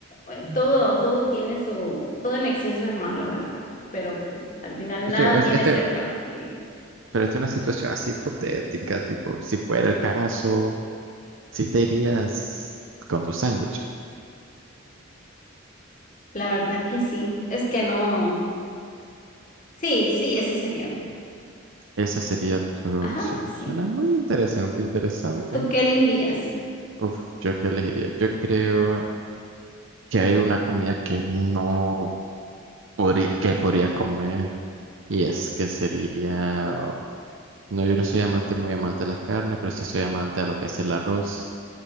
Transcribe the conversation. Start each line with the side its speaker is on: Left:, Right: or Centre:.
Left: eh, todo, todo tiene su, todo en exceso es malo, ¿verdad? Pero pues al final
Right: Esto,
Left: nada
Right: es,
Left: tiene
Right: este
Left: cero calorías.
Right: pero esto es una situación así hipotética, tipo, si fuera el caso, si te irías con tu sándwich,
Left: La verdad que sí. Es que no. Sí, sí, ese sería.
Right: esa sería tu opción.
Left: Ajá, sí.
Right: Suena muy interesante, interesante.
Left: ¿Tú qué elegirías?
Right: Uf, ¿yo qué elegiría? Yo creo que hay una comida que no podría, que podría comer y es que sería, no, yo no soy amante, muy amante de las carnes, pero sí soy amante a lo que es el arroz.